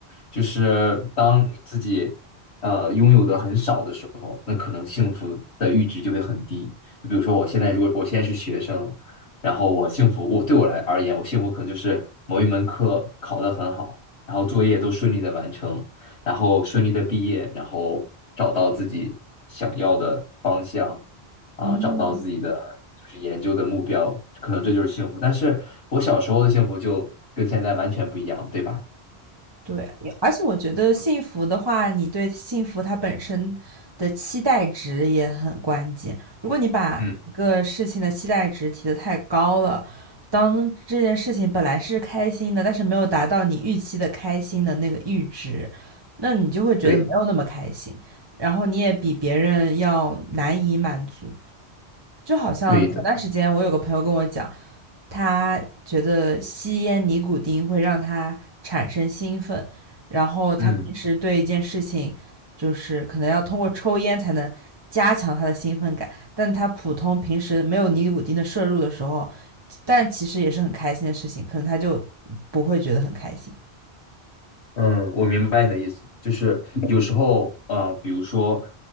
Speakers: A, on the left (about 85°); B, on the right (about 25°).
A: 就是当你自己呃拥有的很少的时候，那可能幸福的阈值就会很低。就比如说我现在如果我现在是学生，然后我幸福，我对我来而言，我幸福可能就是某一门课考得很好，然后作业都顺利的完成，然后顺利的毕业，然后找到自己想要的方向，啊，
B: 嗯，
A: 找到自己的就是研究的目标，可能这就是幸福。但是我小时候的幸福就跟现在完全不一样，对吧？
B: 对，有而且我觉得幸福的话，你对幸福它本身的期待值也很关键。如果你把一个事情的期待值提得太高了，
A: 嗯，
B: 当这件事情本来是开心的，但是没有达到你预期的开心的那个阈值，那你就会觉得没有那么开心，
A: 对，
B: 然后你也比别人要难以满足。就好像前段时间我有个朋友跟我讲，
A: 对的。
B: 他觉得吸烟尼古丁会让他产生兴奋，然后他平时对一件事情，
A: 嗯。
B: 就是可能要通过抽烟才能加强他的兴奋感，但他普通平时没有尼古丁的摄入的时候，但其实也是很开心的事情，可能他就不会觉得很开心，
A: 嗯，我明白你的意思，就是有时候，呃，比如说，